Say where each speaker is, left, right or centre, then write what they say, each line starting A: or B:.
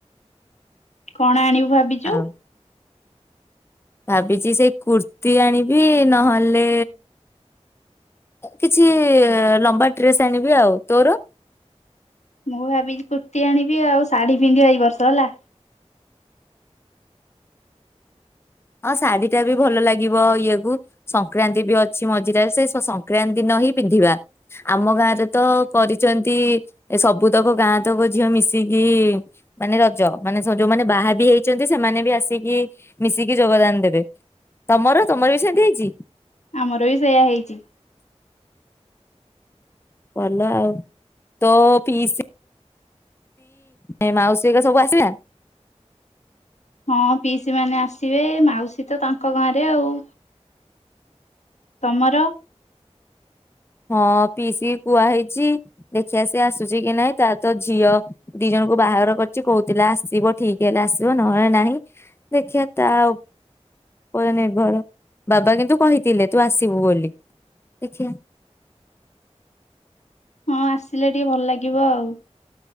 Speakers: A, on the left (about 80°); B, on the left (about 20°).
A: କଣ ଆଣିବ? ଭାବିଛୁ।
B: ଆଉ ଭାବିଛି ସେଇ କୁର୍ତି ଆଣିବି ନହେଲେ କିଛି ଲମ୍ବା ଡ୍ରେସ ଆଣିବି ଆଉ ତୋର?
A: ମୁଁ ଭାବି କୁର୍ତ୍ତିୀ ଆଣିବି ଆଉ ଶାଢୀ ପିନ୍ଧିବ ଏଇ ବର୍ଷ ହେଲା?
B: ହଁ ଶାଢୀ ଟା ବି ଭଲ ଲାଗିବ ଇଏ କୁ ସଂକ୍ରାନ୍ତି ବି ଅଛି ମଝିରେରେ ସେ ସଂକ୍ରାନ୍ତିିନ ହିଁ ପିନ୍ଧିବା ଆମ ଗାଁରେ ତ କରିଛନ୍ତି ସବୁତକ ଗାଁ ତକ ଝିଅ ମିଶିକି ମାନେ ରଜ ମାନେ ଯୋଉମାନେ ବାହା ବି ହେଇଛନ୍ତି ସେମାନେ। ଆସିକି ମିଶିକି ଯୋଗଦାନ ଦେବେ ତମର ତମର ବି ସେମତି ହେଇଛି?
A: ଆମର ବି ସେଇୟା ହେଇଛି।
B: ଭଲ ଆଉ ତୋ ପିସି ଆଉ ମାଉସୀ ସବୁ ଆସିବା।
A: ହଁ ପିଇସି ମାନେ ଆସିବେ ମାଉସୀ ତ ତାଙ୍କ ଗାଁରେ ଆଉ। ତମର?
B: ହଁ ପିସିକି କୁହା ହେଇଛି ଦେଖିବା ସେି ଆସୁଛି କି ନାହିଁ ତା ତ ଝିଅ ଦି ଜଣଙ୍କୁ ବାହାଘର କରିଛି କହୁଥିଲେ ଆସିବ ଠିକ ହେଲେ ଆସିବ ନହେଲେ ନାହିଁ ଦେଖିବା ତା ଆ ପ ନିର୍ଭର ବାବା କିନ୍ତୁ କହିଥିଲେ ତୁ ଆସିବୁ ବୋଲି ଦେଖ।
A: ହଁ ଆସିଲେ ଟିକେ ଭଲ ଲାଗିବ ଆଉ।